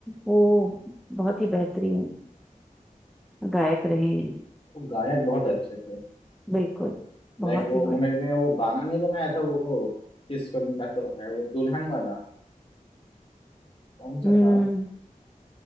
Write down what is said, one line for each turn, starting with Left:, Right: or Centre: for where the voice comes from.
Centre: वो बहुत ही बेहतरीन गायक रहे हैं
Left: वो गायक बहुत अच्छे थे
Centre: बिल्कुल बहुत
Left: लाइक वो
Centre: ही बढ़िया
Left: उन्होंने वो गाना नहीं बनाया था वो किस फिल्म का तो है वो दुल्हन वाला कौन सा
Centre: हम्म
Left: था